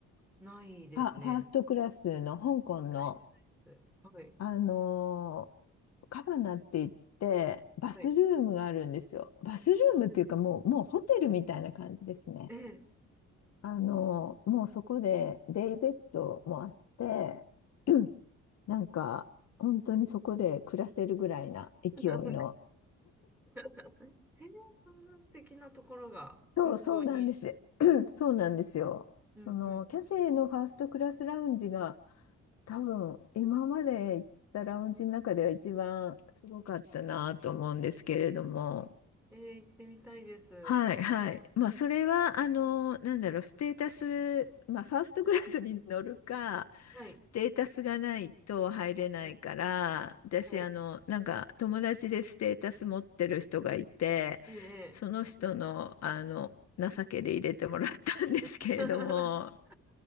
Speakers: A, in the centre; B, on the left.
A: ないですね。
B: あ、ファーストクラスの香港の、
A: ないです。はい。
B: あの、カバナって言って、バスルームがあるんですよ。
A: はい。
B: バスルームっていうか、もう、もうホテルみたいな感じですね。
A: ええ。
B: あの、もうそこでデイベッドもあって、<clears throat> なんか、本当にそこで暮らせるぐらいな勢いの。
A: <laughs> なんかへえ、そんな素敵なところが空港に。
B: そう、そうなんです。<clears throat> そうなんですよ。
A: うんうん
B: その、キャセイのファーストクラスラウンジが、多分、今まで行ったラウンジの中では一番すごかったなと思うんですけれども。
A: えー、行ってみたいです。
B: はい、はい。まあ、それは、あの、なんだろう、ステータス、まあ、ファーストクラスに乗るか、
A: はい。
B: データスがないと入れないから、
A: はい。
B: 私、
A: はい。
B: あの、なんか友達でステータス持ってる人がいて、
A: ええええ
B: その人の、あの、情けで入れてもらったんですけれども、
A: <laughs>